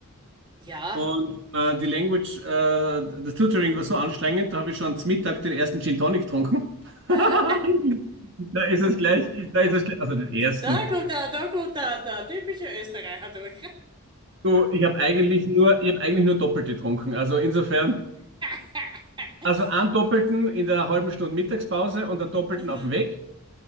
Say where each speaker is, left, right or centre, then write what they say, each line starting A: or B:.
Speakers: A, on the right; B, on the right.
A: Ja.
B: Und äh, die Language, äh, das Tutoring war so anstrengend, da habe ich schon zum Mittag den ersten Gin Tonic getrunken.
A: Äh,
B: <laughs>
A: <laughs>
B: Da ist es gleich, da ist es gleich, also den ersten.
A: Da kommt er, da kommt er, der typische Österreicher durch.
B: Du, ich habe eigentlich nur, ich habe eigentlich nur doppelt getrunken. Also insofern,
A: <laughs>
B: also einen doppelten in der halben Stunde Mittagspause und einen doppelten
A: Mhm.
B: auf dem Weg